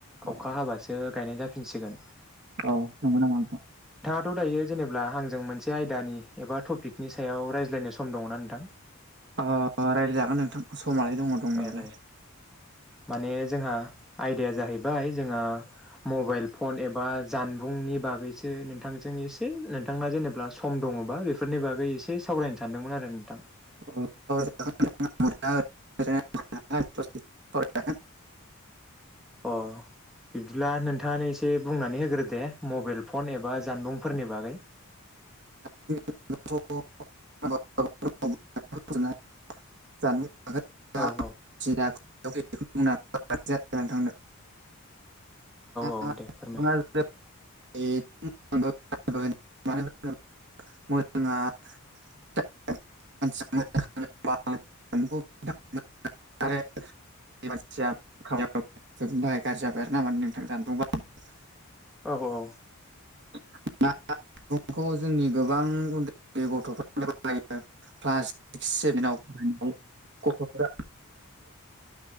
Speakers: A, on the right; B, in the centre.
A: अ
B: अखा हाबासो गायनाय जाफि सिगोन
A: औ नंगौ नामा नोंथां
B: थ' दायो जेनेब्ला आंजों मोनसे आयदानि एबा टपिकनि सायाव रायज्लायनो सम दङना नोंथां?
A: अ रायज्लायजागोन नोंथां। समालाय दङ दंनायालाय।
B: औ माने जोंहा आयदाया जाहैबाय जोंहा मबाइल फन एबा जानबुंनि बागैसो नोंथांजों एसे नोंथांना जेनेबा सम द ङोबा बेफोरनि बागै एसे सावरायनो सानदोंमोन आरो नोंथां।
A: <inaudible>
B: अ बिबदिब्ला नोंथाङानो एसे बुंनानै होग्रो दे मबाइल फन एबा जानबुंफोरनि बागै। <inaudible>
A: <unintelligible> <unintelligible>
B: औ
A: <unintelligible>
B: औ दे फोरमाय
A: <unintelligible> <unintelligible> <unintelligible> थाखाय गाज्रि जाबाय आरो ना माने नोंथां जानबुं <unintelligible>
B: औ औ
A: <unintelligible> बुंखौ जोंनि गोबां उन्दै उन्दै गथ'फ्रानो <unintelligible> क्लास सिक्स सेभेनाव फरायनायाव गथ'फोरा